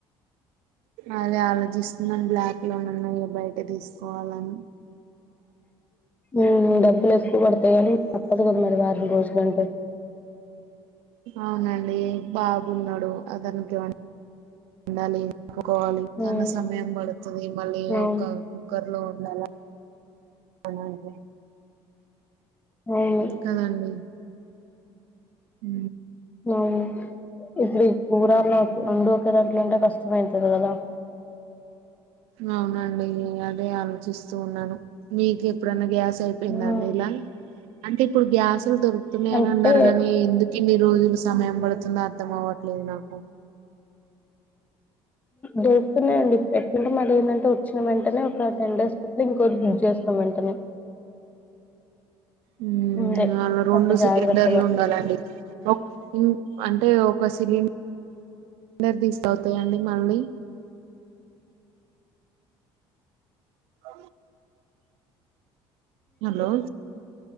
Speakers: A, on the right; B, on the left.
A: అదే ఆలోచిస్తున్నాను బ్లాక్ లోన అన్నా ఇక బయట తీసుకోవాలని
B: ఉ డబ్బుల్ ఎక్ కువ పడితాయనీ తప్పదు కదా మరి వారం రోజులంటే
A: అవునండి బాబున్నాడు అతనికి ఏ <inaudible> ఉండాలి కప్పుకోవాలి చాలా
B: మ్మ్.
A: సమయం పడుతుంది మళ్ళీ
B: అవును
A: ఒక కుక్కర్ లో వండాల అవును లే
B: అవును
A: కదండి ఉ
B: అవును ఇప్పుడు కురాల్లో రెండు ఒక దాంట్లో అంటే కష్టమయితది కదా
A: అవునండి అదే ఆలోచిస్తూ ఉన్నాను మీకు ఎప్పుడన్నా గ్యాస్ అయిపోయిందా
B: మ్మ్.
A: అండి ఇలా అంటే ఇప్పుడు గ్యాస్లు దొరుకుతున్నాయని
B: అంటే
A: అన్నారు కానీ ఎందుకు ఇన్ని రోజులు సమయం పడుతుందా అర్థం అవట్లేదు నాకు
B: దోరుకుతున్నాయండి టన్నా ఏందంటే వచ్చిన వెంటనే టెన్ డేస్ కట్లా ఇంకోటి బుక్ చేస్తాం వెంటనే
A: ఉమ్
B: ముందే
A: అలా రెండు
B: అంటే
A: సిలిండర్లు
B: జాగ్రత్తగా
A: ఉండాలండి ఒక్ ఉమ్ అంటే ఒక సిలీండ్ అందర్ తీసుకవుతాయండి మళ్ళీ అ హలో